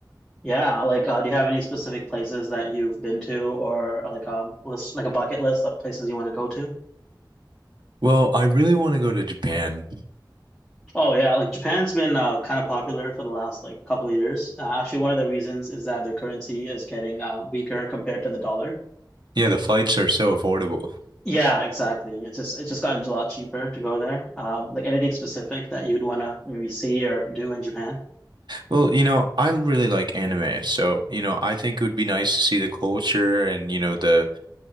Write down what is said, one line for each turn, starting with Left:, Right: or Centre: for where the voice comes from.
Centre: Yeah, like uh, do you have any specific places that you've been to or uh, like um list like a bucket list of places you want to go to?
Right: Well, I really want to go to Japan.
Centre: Oh yeah, like Japan's been uh, kind of popular for the last like couple of years. Uh, actually, one of the reasons is that their currency is getting uh, weaker compared to the dollar.
Right: Yeah, the flights are so affordable.
Centre: Yeah, exactly. It's just it's just gotten a lot cheaper to go there. Um, like anything specific that you'd want to maybe see or do in Japan?
Right: Well, you know, I really like anime, so you know, I think it would be nice to see the culture and you know the